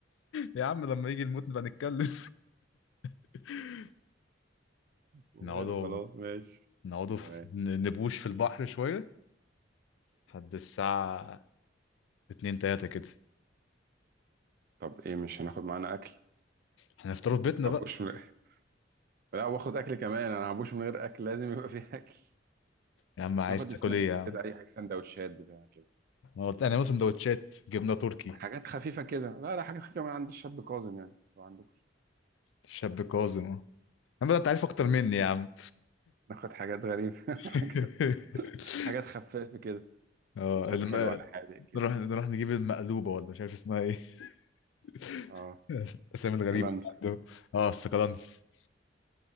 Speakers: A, on the left (about 75°); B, on the right (about 50°).
A: يا عم لما يجي الموت نبقى نتكلم <laughs>
B: وماله
A: نقعدوا
B: خلاص ماشي
A: نقعدوا في-
B: تمام
A: ن- نبوش في البحر شويه لحد الساعه 2 3 كده
B: طب ايه مش هناخد معانا اكل
A: هنفطروا في بيتنا
B: هبوش
A: بقى
B: من... <laughs> لا واخد اكل كمان انا هبوش من غير اكل لازم يبقى فيه <laughs> اكل
A: يا عم عايز
B: ناخد
A: تاكل
B: سناكس
A: ايه يا عم
B: كده اي حاجه سندوتشات بتاع كده
A: انا قلت انا مثلا سندوتشات جبنه تركي
B: حاجات خفيفه كده لا لا حاجات خفيفه من عند الشاب كاظم يعني لو عندكم
A: شاب كاظم اهو. يا عم ده انت عارف اكتر مني
B: ناخد
A: يا عم
B: ناخد حاجات غريبه
A: <laughs>
B: <laughs> حاجات حاجات خفيفه كده
A: اه
B: سندوتشات
A: الم...
B: حلوه على حاجه كده
A: نروح نروح نجيب المقلوبه ولا مش عارف اسمها ايه <laughs>
B: اه
A: الاسامي
B: سكلانكس
A: الغريبه اللي عنده اه السكالانس